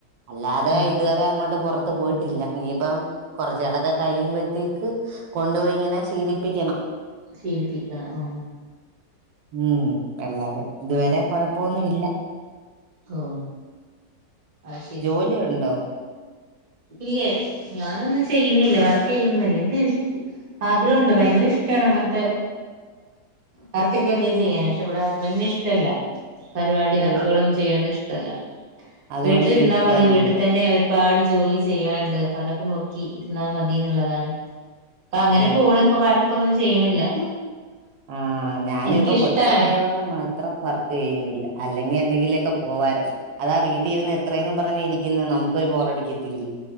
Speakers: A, on the right; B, on the right.
A: അല്ലതെ
B: ആഹ് ആഹ്
A: ഇതുവരെ അങ്ങോട്ട് പുറ ത്ത് പോയിട്ടില്ല ഇനിപ്പോ കുറച്ച് കാലക്കെ കഴിയുമ്പോ തേക്ക് കൊണ്ട് പോയി ങ്ങനെ ശീലിപ്പിക്കണം
B: ഷീലിപ്പിക്കണ ആ
A: ഉം എല്ലാതെ ഇതുവരെ കൊഴപ്പൊന്നുഇല്ല
B: ഓ അഹ് ശെ
A: ജോലിയുണ്ടോ
B: ഇല്ലേ ഞാനൊന്നും ചെയ്യുന്നില്ല വർക്ക്‌ ചെയ്യുന്നതല്ലേ എക്ക് ആഗ്രഹമുണ്ട് ഭയങ്കര ഇഷ്ടാണ് അങ്ങത്തെ വർക്കൊക്കെ എന്തെങ്കി ചെയ്യാൻ പക്ഷെ ഇവിടെ ഹസ്ബൻഡിന് ഇഷ്ടല്ല പരുപാടി
A: ഓ
B: വർക്ക്കളൊന്നും ഇഷ്ടല്ല
A: അതുകൊണ്ട്
B: വീട്ടിൽ ഇരുന്നാമതി
A: തന്നെ
B: വീട്ടിത്തന്നെ ആഒരു പാട് ജോലി ചെയ്യാണ്ട് അപ്പോ അതൊക്കെ നോക്കി ഇരുന്നാമതിന്നുള്ളതാണ് ഇപ്പങ്ങനെ
A: ഓ
B: പോണ് ഇപ്പോ വർക്കൊന്നും ചെയ്യണില്ല
A: ആഹ് ഞാനിപ്പം
B: എനിക്കിഷ്ടാണ്
A: കൊച്ച് ആയതുകൊണ്ടുമാത്രം വർക്ക്‌ ചെയ്യുന്നില്ല അല്ലെങ്കി ഇനി ന്തെങ്കില് പോവായിരുന്നു അതാവീട്ടി യിരുന്ന് എത്രയെന്ന് പറഞ്ഞിരിക്കുന്ന് നമുക്ക് ഒരു ബോറടിക്കത്തില്ലേ